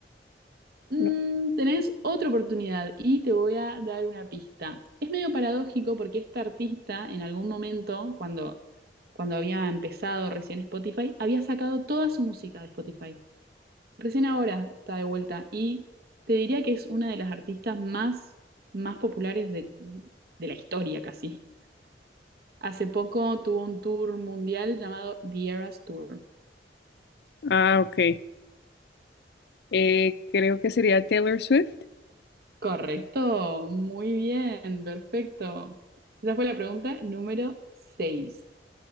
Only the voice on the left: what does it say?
No.
Ah, ok. Eh, creo que sería Taylor Swift.